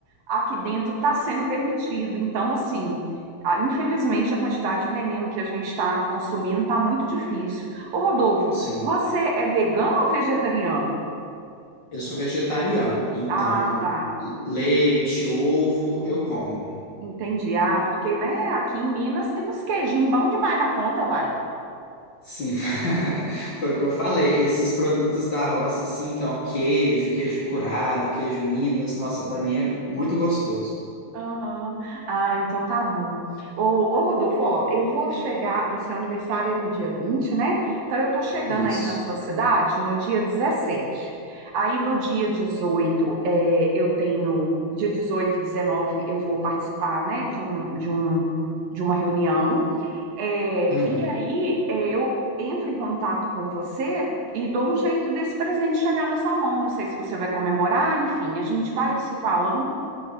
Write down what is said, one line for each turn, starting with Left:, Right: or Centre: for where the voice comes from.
Right: aqui dentro está sendo permitido. Então, assim. a- Infelizmente, a quantidade de veneno que a gente está consumindo está muito difícil. Ô Rodolfo,
Left: sim.
Right: você é vegano ou vegetariano?
Left: Eu sou vegetariano, então
Right: Ah, tá.
Left: leite, ovo, eu como.
Right: Entendi. Ah, porque, né, aqui em Minas tem uns queijinhos bom demais da conta, uai.
Left: Sim, <laughs> foi o que eu falei. Esses produtos da roça, assim, então, queijo, queijo curado, queijo Minas, nossa, pra mim é muito gostoso.
Right: Aham. Ah, então tá bom. Ô, ô, Rodolfo, ó, eu vou chegar, nesse aniversário é no dia 20, né? Então eu tô chegando
Left: Isso.
Right: aí na sua cidade no dia 17. Aí no dia 18 é, eu tenho, dia 18 e 19, eu vou participar, né, de um, de um, de uma reunião. É,
Left: Uhum.
Right: e aí, é, eu entro em contato com você e dou um jeito desse presente chegar na sua mão. Não sei se você vai comemorar, enfim, a gente vai se falando.